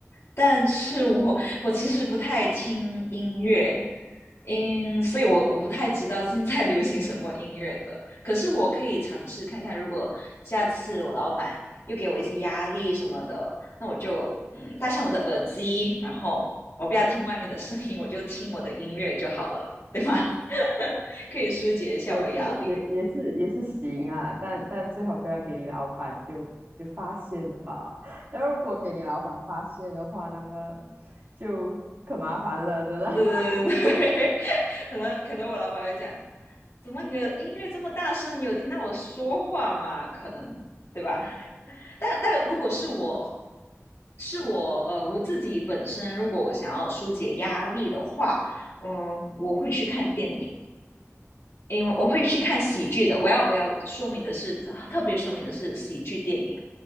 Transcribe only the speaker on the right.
也是也也是也是行啊，但但最好不要给你老板就就发现了吧。<laughs> 那如果给你老板发现的话，那么就可麻烦了，真的。<laughs>
那通常
就